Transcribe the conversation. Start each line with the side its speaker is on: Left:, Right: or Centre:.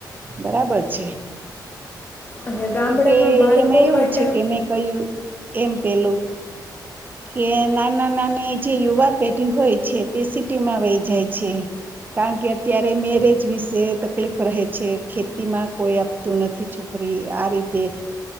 Right: બરાબર છે.
Left: અને ગામડામાં
Right: કારણ કે
Left: બાળકો
Right: એમાં એવું
Left: માટે
Right: છે કે મેં કયું એમ પેલું કે નાના નાની જે યુવા પેઢી હોય છે તે સિટીમાં વહી જાય છે કારણ કે અત્યારે મેરેજ વિશે તકલીફ રહે છે. ખેતીમાં કોઈ આપતું નથી છોકરી આ રીતે